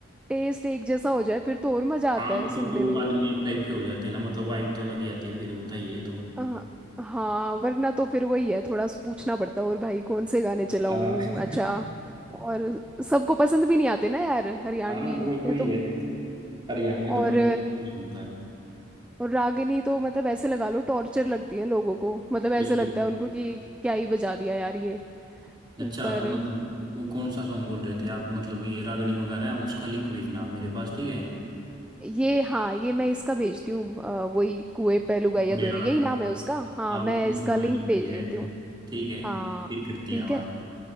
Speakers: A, in the centre; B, on the right.
A: टेस्ट एक जैसा हो जाए फिर तो और मजा
B: हाँ
A: आता है
B: वो तो
A: सुनने
B: दो
A: में
B: आदमी एक टाइप के हो जाते हैं ना मतलब वाइब तो अलग ही आती है फिर होता ही है ये तो
A: हाँ हाँ, वरना तो फिर वही है थोड़ा सा पूछना पड़ता है और भाई कौन से गाने चलाऊं
B: हाँ <laughs>
A: अच्छा और सबको पसंद भी नहीं आते ना यार हरियाणवी
B: हाँ वो वही
A: ये तो
B: है हरियाणवी
A: और
B: तो मतलब कोई तो सुनता है
A: और रागिनी तो मतलब ऐसे लगा लो टॉर्चर लगती है लोगों को मतलब ऐसे
B: बिल्कुल
A: लगता है उनको कि क्या ही बजा दिया यार ये
B: अच्छा
A: पर
B: तो मतलब वो कौन सा सॉन्ग बोल रहे थे आप मतलब ये रागनी वगैरह है उसका लिंक भेजना आप मेरे पास ठीक है
A: ये हाँ ये मैं इसका भेजती हूँ अ, वही कुएं पे लुगाइया
B: बर्थडे
A: दोरे
B: वाला
A: यही नाम है उसका हाँ
B: हाँ
A: मैं
B: वो बर्थडे
A: इसका
B: वाला
A: लिंक
B: जो
A: भेज
B: भी
A: देती
B: है
A: हूँ
B: ठीक है
A: हाँ
B: फिर करती
A: ठीक
B: हैं बात
A: है